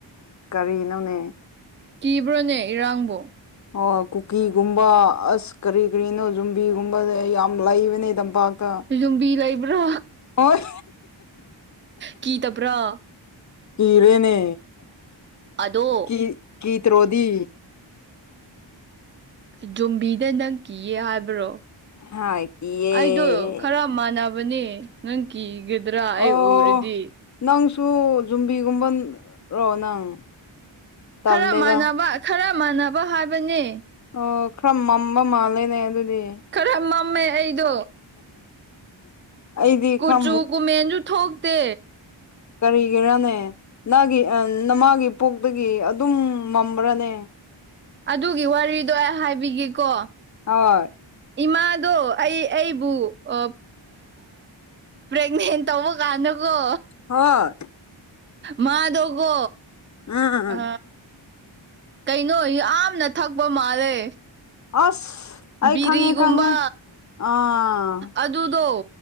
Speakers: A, on the left; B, on the right.
A: ꯀꯔꯤꯅꯣꯅꯦ꯫
B: ꯀꯤꯕ꯭ꯔꯣꯅꯦ ꯏꯔꯡꯕꯨꯣ?
A: ꯑꯣ ꯀꯨꯀꯤꯒꯨꯝꯕ ꯑꯁ ꯀꯔꯤ ꯀꯔꯤꯅꯣ ꯌꯨꯝꯕꯤꯒꯨꯝꯕꯁꯦ ꯑꯩ ꯌꯥꯝ ꯂꯩꯕꯅꯦ ꯇꯝꯄꯥꯛꯇ
B: ꯌꯨꯝꯕꯤ ꯂꯩꯕ꯭ꯔꯣ?
A: ꯍꯣꯏ
B: ꯀꯤꯗꯕ꯭ꯔꯥ
A: ꯀꯤꯔꯦꯅꯦ
B: ꯑꯗꯣ
A: ꯀꯤ ꯀꯤꯇ꯭ꯔꯣꯗꯤ
B: ꯖꯨꯝꯕꯤꯗ ꯅꯪ ꯀꯤꯌꯦ ꯍꯥꯏꯕ꯭ꯔꯣ
A: ꯍꯥꯏ ꯀꯤꯌꯦ
B: ꯑꯩꯗꯣ ꯈꯔ ꯃꯥꯟꯅꯕꯅꯦ ꯅꯪ ꯀꯤꯒꯗ꯭ꯔꯥ
A: ꯑꯣ
B: ꯑꯩ ꯎꯔꯗꯤ?
A: ꯅꯪꯁꯨ ꯖꯨꯝꯕꯤꯒꯨꯝꯕ ꯔꯣ ꯅꯪ? ꯇꯜꯂꯦꯗ
B: ꯈꯔ ꯃꯥꯟꯅꯕ ꯈꯔ ꯃꯥꯟꯅꯕ ꯍꯥꯏꯕꯅꯤ
A: ꯑꯣ ꯈꯔ ꯃꯝꯕ ꯃꯥꯜꯂꯦꯅꯦ ꯑꯗꯨꯗꯤ꯫
B: ꯈꯔ ꯃꯝꯃꯦ ꯑꯩꯗꯣ꯫
A: ꯑꯩꯗꯤ
B: ꯀꯨꯆꯨ
A: ꯈꯔ
B: ꯒꯨꯃꯦꯟꯖꯨ ꯊꯣꯛꯇꯦ꯫
A: ꯀꯔꯤꯒꯤꯔꯥꯅꯦ ꯅꯒꯤ ꯅꯃꯥꯒꯤ ꯄꯣꯛꯇꯒꯤ ꯑꯗꯨꯝ ꯃꯝꯕ꯭ꯔꯥꯅꯦ꯫
B: ꯑꯗꯨꯒꯤ ꯋꯥꯔꯤꯗꯣ ꯑꯩ ꯍꯥꯏꯕꯤꯒꯦꯀꯣ꯫
A: ꯍꯣꯏ
B: ꯏꯃꯥꯗꯣ ꯑꯩ ꯑꯩꯕꯨ ꯑ ꯄ꯭ꯔꯦꯒꯅꯦꯟ ꯇꯧꯕ ꯀꯥꯟꯅꯀꯣ
A: ꯍꯣꯏ
B: ꯃꯥꯗꯒꯣ
A: ꯎꯝ
B: ꯑ ꯀꯩꯅꯣ ꯌꯥꯝꯅ ꯊꯛꯄ ꯃꯥꯜꯂꯦ꯫
A: ꯑꯁ ꯑꯩ
B: ꯕꯤꯔꯤꯒꯨꯝꯕ
A: ꯈꯪꯉꯦ ꯈꯪꯉꯦ ꯑꯥ
B: ꯑꯗꯨꯗꯣ꯫